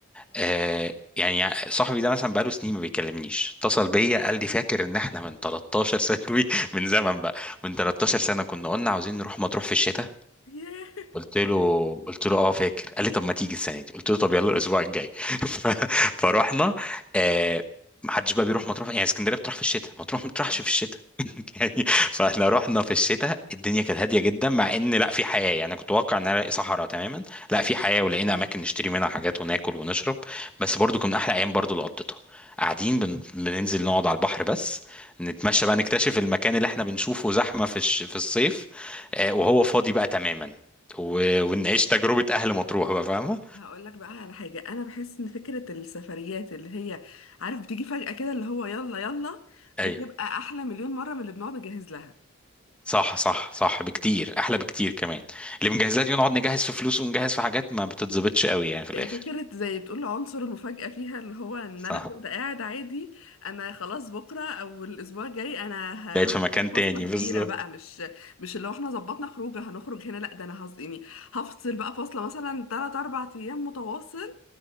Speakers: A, in the centre; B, on the left.
A: آه يعني صاحبي ده مثلا بقاله سنين ما بيكلمنيش اتصل بيا قال لي فاكر ان احنا من 13 سنة <laughs> من زمن بقى من 13 سنة كنا قلنا عاوزين نروح مطروح في الشتاء
B: ياه
A: قلت له قلت له اه فاكر قال لي طب ما تيجي السنه دي قلت له طب يلا الاسبوع الجاي <laughs> ف- فروحنا آه ما حدش بقى بيروح مطروح يعني اسكندريه بتروح في الشتاء مطروح ما بتروحش
B: اه
A: في الشتاء <laughs> يعني فاحنا رحنا في الشتاء الدنيا كانت هاديه جدا مع ان لا في حياه يعني كنت متوقع ان أنا الاقي صحراء تماما لا في حياه ولقينا اماكن نشتري منها حاجات وناكل ونشرب بس برضو كنا احلى ايام برضو اللي قضيتها قاعدين بن... بننزل نقعد على البحر بس نتمشى بقى نكتشف المكان اللي احنا بنشوفه زحمه في الش... في الصيف آه، وهو فاضي بقى تماما و...
B: بس
A: ونعيش تجربة أهل مطروح بقى فاهمة؟
B: هقول لك بقى على حاجة أنا بحس إن فكرة السفريات اللي هي عارف بتيجي فجأة كده اللي هو يلا يلا بتبقى
A: أيوه
B: أحلى مليون مرة من اللي بنقعد نجهز لها
A: صح صح صح بكتير أحلى بكتير كمان اللي مجهزات دي نقعد نجهز في فلوس ونجهز في حاجات ما بتتظبطش قوي يعني في الآخر
B: إيه فكرة زي بتقول عنصر المفاجأة فيها اللي هو ان
A: صح
B: انا كنت قاعد عادي انا خلاص بكرة او الاسبوع الجاي انا ه-
A: بقيت
B: هفصل
A: في مكان
B: فصلة
A: تاني
B: كبيرة
A: بالظبط
B: بقى مش مش اللي هو احنا ظبطنا خروجه هنخرج هنا لا ده انا هز يعني هفصل بقى فصلة مثلا 3 4 ايام متواصل